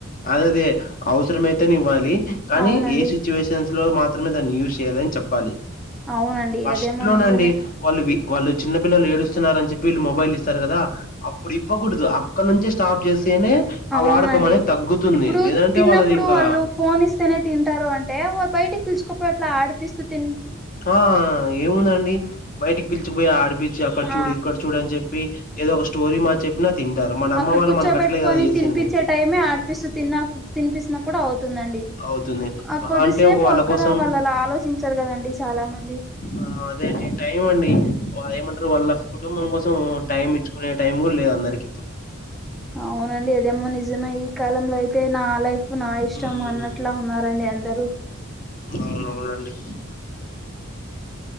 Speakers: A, on the left; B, in the centre.
A: అదదే అవసరం అయితేనే ఇవ్వాలి కానీ
B: అవునండి
A: ఏ సిచ్యువేషన్స్ లో మాత్ మాత్రమే దాన్ని యూజ్ చేయాలి అని చెప్పాలి
B: అవునండి
A: ఫస్ట్
B: అదేమో
A: లోనండి
B: నిజమే
A: వాళ్ళు వి వాళ్ళు చిన్నపిల్లలు ఏడుస్తున్నారని చెప్పి వీళ్ళు మొబైల్ ఇస్తారు కదా అప్పుడు ఇవ్వకూడదు అక్కడ నుంచే స్టాప్ చేసేనే ఆ
B: అవునండి
A: వాడకం అనేది తగ్గుతుంది
B: ఇప్పుడు
A: లేదంటే
B: తిన్నప్పుడు
A: వాళ్ళది ఇంకా
B: వాళ్ళు ఫోన్ ఇస్తేనే తింటారు అంటే ఒ బయటికి పిలుచుకొ అట్లా ఆడిపిస్తూ తిన్
A: ఆ ఏముందండి బయటికి పిలిచికుపోయి ఆడిపిచి అక్కడ
B: ఆ
A: చూడు ఇక్కడ చూడు అని చెప్పి ఏదో ఒక స్టోరీ మా చెప్పినా తింటారు మన
B: అక్కడ
A: అమ్మ వాళ్ళు
B: కూర్చోబెట్టుకొని
A: మనక అట్లే కదా చేసింది
B: తినిపించే టైమే ఆడిపిస్తూ తిన్నా తినిపిస్తున కూడా అవుతుందండి
A: అవుతుంది
B: ఆ
A: మహా
B: కొద్దిసేపు
A: అంటే ఒక వాళ్ళ
B: అక్కడ
A: కోసం
B: వాళ్ళు అలా ఆలోచించరు కదండి చాలా మంది
A: ఆ అదే అండి టైం అండి వాళ్ళేమంటరు వాళ్ళ కుటుంబం కోసం టైం ఇచ్ కొనే టైం కూడ్ లేద్ అందరికి ఇప్పుడు
B: అవునండి ఏదేమో నిజమే ఈ కాలంలో అయితే నా లైఫ్ ఉప్ నా ఇష్టం
A: ఉమ్,
B: అన్నట్లా ఉన్నారండి అందరూ
A: అవునవునండి